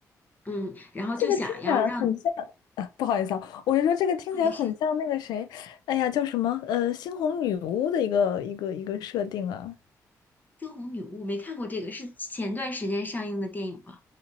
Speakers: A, on the left; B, on the left.
A: 嗯，然后就想要让
B: 这个听起来很像 <laughs> 不好意思啊，我就说这个听起来很像那个谁，
A: 啊，没事，
B: 哎呀，叫什么？呃，猩红女巫的一个一个一个设定啊。
A: 《惊鸿女巫》没看过这个，是前段时间上映的电影吗？